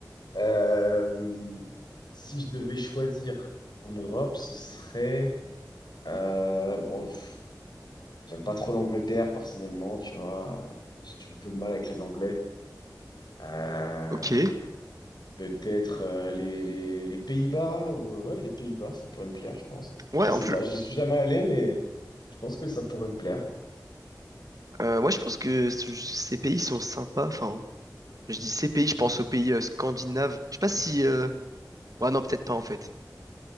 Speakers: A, on the left (about 75°); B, on the right (about 55°).
A: euh, si je devais choisir en Europe, ce serait, euh, bon, pff, j'aime pas trop l'Angleterre personnellement, tu vois, j'ai du- un peu de mal avec les Anglais. Euh,
B: Ok.
A: peut-être euh, les, les, les Pays-Bas ou, euh, ouais, les Pays-Bas, ça pourrait me plaire, je pense.
B: Ouais,
A: Je sais
B: en plus,
A: pas, je suis jamais allé, mais je pense que ça pourrait me plaire.
B: euh, ouais, je pense que ce- ces pays sont sympas. Enfin, je dis ces pays, je pense aux pays euh, scandinaves. Je sais pas si. euh, Ouais, non, peut-être pas en fait.